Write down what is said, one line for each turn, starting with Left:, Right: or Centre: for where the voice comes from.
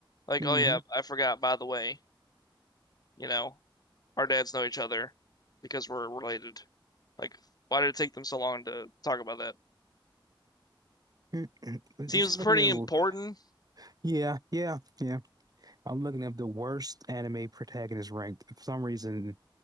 Left: Like,
Right: hmm
Left: oh yeah, I forgot, by the way, you know, our dads know each other because we're related. Like, why did it take them so long to talk about that?
Right: I'm
Left: Seems
Right: just
Left: pretty
Right: looking at,
Left: important.
Right: a- yeah, yeah, yeah. I'm looking at the worst anime protagonist ranked. For some reason,